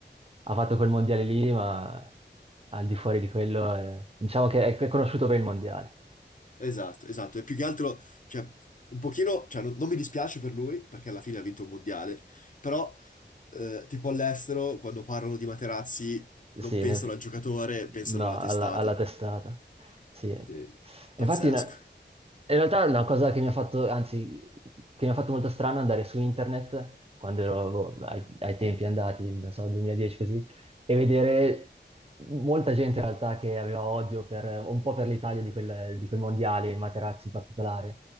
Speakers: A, on the right (about 30°); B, on the left (about 45°).
A: ha fatto quel mondiale lì, ma al di fuori di quello, è- diciamo che è, è conosciuto per il mondiale.
B: Esatto, esatto. E più che altro, cioè, un pochino, cioè, non, non mi dispiace per lui, perché alla fine ha vinto un mondiale, però, eh, tipo all'estero, quando parlano di Materazzi,
A: Sì,
B: non pensano
A: ne-
B: al giocatore, pensano
A: no,
B: alla
A: alla,
B: testata.
A: alla testata. Sì. E
B: Sì, pazzesco.
A: Infatti, una- in realtà è una cosa che mi ha fatto, anzi, che mi ha fatto molto strano andare su internet quando ero boh, ai, ai tempi andati, non so, 2010 così, e vedere molta gente in realtà che aveva odio per, un po' per l'Italia di quel, di quel mondiale, Materazzi in particolare,